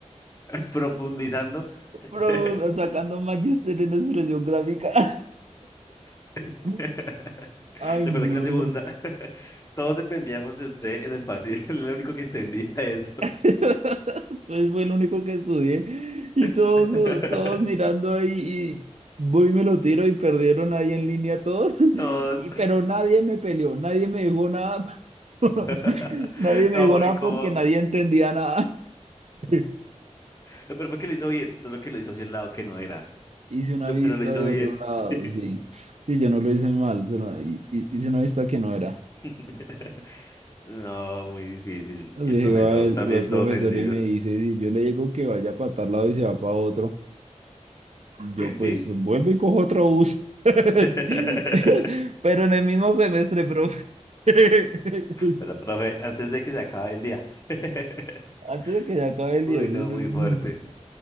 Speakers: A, on the left; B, on the right.
A: Profundizando. <laughs>
B: Pero sacando magister en expresión gráfica.
A: <laughs>
B: <laughs> Ay,
A: ¿Se acuerda
B: no.
A: que la segunda? <laughs> Todos dependíamos de usted en el partido. <laughs> Era el único que entendía eso.
B: <laughs> Pues fue el único que estudié. Y
A: <laughs>
B: todos, todos mirando ahí y voy y me lo tiro y perdieron ahí en línea todos. <laughs>
A: Todos.
B: Y, pero nadie me peleó, nadie me dijo nada. <laughs>
A: <laughs>
B: Nadie me
A: No,
B: dijo
A: porque
B: nada
A: como...
B: porque nadie
A: <laughs>
B: entendía nada. <laughs>
A: Lo peor fue que lo hizo bien, solo que lo hizo hacia el lado que no era.
B: Hice una
A: Lo-
B: vista
A: pero lo hizo
B: de
A: bien,
B: otro lado,
A: <laughs> sí.
B: sí. Sí, yo no lo hice mal, solo hi- hi- hice una vista que no era.
A: <laughs> No, muy difícil.
B: Así
A: Y el
B: que
A: profesor
B: va el,
A: también
B: va el
A: todo
B: profesor
A: ofendido.
B: y me dice, si yo le digo que vaya para tal lado y se va para otro. Yo
A: ¿Qué?
B: pues
A: Sí.
B: vuelvo y cojo otro bus. <laughs>
A: <laughs>
B: Pero en el mismo semestre, profe. <laughs>
A: Pero, profe, antes de que se acabe el día. <laughs>
B: Antes de que se acabe el
A: Uy,
B: 10.
A: no,
B: uno-
A: muy fuerte.